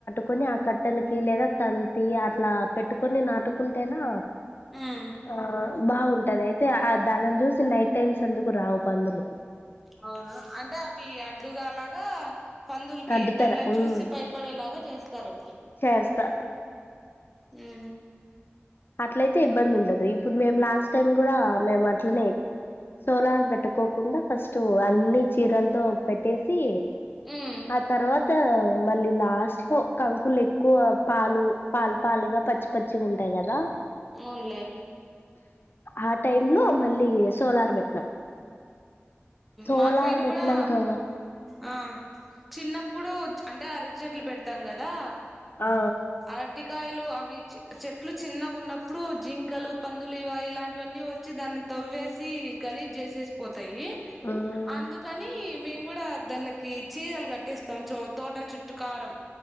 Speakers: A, on the left; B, in the centre.
A: కొని ఆ కట్టలకి లేదా తంతి అట్లా పెట్టుకొని నాటుకుంటేనా
B: ఉమ్
A: ఆ బాగుంటు ఉంటది అయితే ఆ దళం చూసి నైట్ టైమ్స్ అందుకు రావు పందులు
B: అవును అంటే అవి అడ్డుగా లాగా పందులకి
A: అడ్డుతార
B: దానిలను
A: ఉమ్
B: చూసి భయపడేలాగా చేస్తారు
A: చేస్తారు
B: ఆ
A: అట్లయితే ఇబ్బంది ఉండదు ఇప్పుడు మేము లాస్ట్ టైం కూడా మేము అట్లనే సోలార్ పెట్టుకోకుండా ఫస్ట్ అన్ని చీరలతో పెట్టేసి
B: ఉమ్
A: ఆ తర్వాత మళ్ళీ లాస్ట్ లో కంకులు ఎక్కువ పాలు పాలు పాలుగా పచ్చి పచ్చి ఉంటాయి కదా
B: అవునులే
A: ఆ టైమ్ లో మళ్ళీ సోలార్ పెట్టినాం సోలార్
B: మా సైడ్
A: పెట్టినాం
B: కూడా
A: కదా
B: ఆ చిన్నప్పుడు అంటే అరటి చెట్లు పెడతాం కదా
A: ఆ
B: అరటికాయ అవి చెట్లు చిన్నగా ఉన్నప్పుడు జింకలు పందులు ఇ ఇలాంటివన్నీ వచ్చి దాని త వేసి గలీజ్ చేసేసి పోతాయి
A: మ్మ్
B: అందుకని మేము కూడా దానిలకి చీరలు కట్టేస్తాం చో తోట చుట్టు కారం